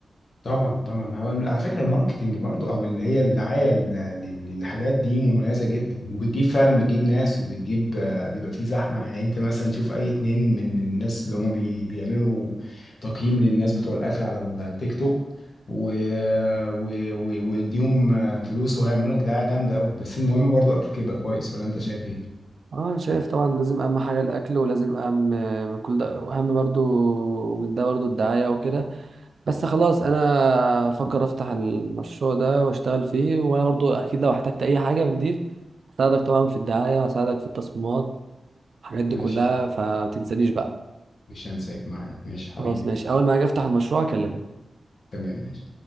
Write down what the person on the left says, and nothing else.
طبعا طبعا هو على فكره الماركتنج برضو او اللي هي الدعايه لل- لل- للحاجات دي مميزه جدا وبتجيب فعلا بتجيب ناس وبتجيب آه، بيبقى في زحمه يعني انت مثلا شوف اي اتنين من الناس اللي هم بي بيعملوا تقييم للناس بتوع الاكل على التيك توك و... و... و... واديهم آه، فلوس وهيعملوا لك دعايه جامده قوي بس المهم برضو اكلك يبقى كويس ولا انت شايف ايه؟
ماشي
مش هنساك معاك ماشي حبيبي
تمام ماشي